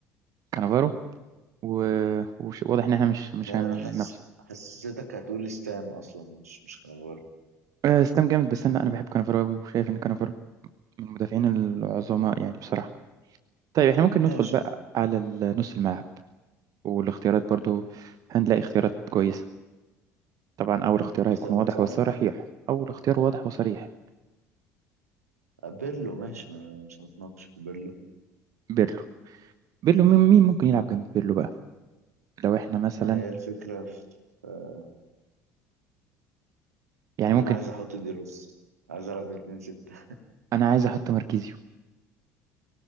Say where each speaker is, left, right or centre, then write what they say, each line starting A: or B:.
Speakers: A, on the right (about 45°); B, on the right (about 75°).
A: كانافارو و- وش- واضح ان احنا مش مش
B: يعني
A: هنختلف
B: انا حاسس حسيتك هتقول ستام اصلا مش مش كانافارو
A: آه، ستام جامد بس انا انا بحب كانافارو قوي وشايف ان كانافارو من المدافعين العظماء يعني بصراحه طيب احنا ممكن ندخل
B: ماشي
A: بقى على ال- نص الملعب والاختيارات برضو هنلاقي اختيارات كويسه طبعا اول اختيار هيكون
B: اختيارات
A: واضح
B: صعبة
A: وصريح اول اختيار واضح وصريح
B: آه، بيرلو ماشي ما مش هنتناقش في بيرلو
A: بيرلو بيرلو مين مين ممكن يلعب جنب بيرلو بقى لو احنا مثلا
B: ما هي الفكرة في آه،
A: يعني
B: ان
A: ممكن
B: انا عايز احط دي روس عايز العب 2 6
A: انا عايز احط ماركيزيو